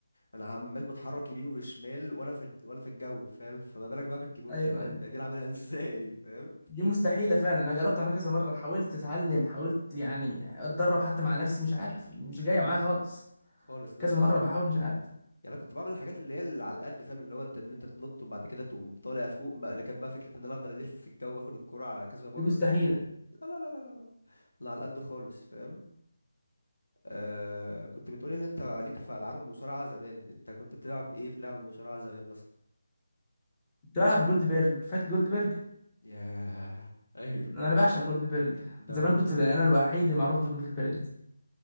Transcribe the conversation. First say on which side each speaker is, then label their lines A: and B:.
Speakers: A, on the left; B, on the left.
A: انا عمال بتحرك يمين وشمال وانا في وانا في الجو فاهم فما بالك بقى بالكيبورد
B: ايوه
A: فاهم
B: ايوه
A: ده قاعدين اعملها ازاي فاهم
B: دي مستحيلة فعلا أنا جربت أعملها كذا مرة حاولت أتعلم حاولت يعني أتدرب حتى مع نفسي مش عارف مش جاية معايا خالص
A: خالص
B: كذا
A: لا لا
B: مرة بحاول مش عارف
A: يعني انا كنت بعمل الحاجات اللي هي اللي على القد فاهم اللي هو انت ان انت تنط وبعد كده تقوم طالع فوق بقى لكن بقى فكره ان انا افضل الف في الجو واخد الكرة على كذا مره
B: دي مستحيلة
A: دي لا لا لا لا لا لا أنا على القد خالص فاهم آه كنت بتقولي ان انت ليك في العاب المصارعه زمان انت كنت بتلعب ايه في لعب المصارعه زمان مثلا
B: كنت بلعب جولد بيرج فاكر جولد بيرج
A: ياه <laughs> ايوه
B: أنا بعشق جولد بيرج
A: ده
B: زمان كنت بقى أنا الوحيد المعروف في جولد بيرج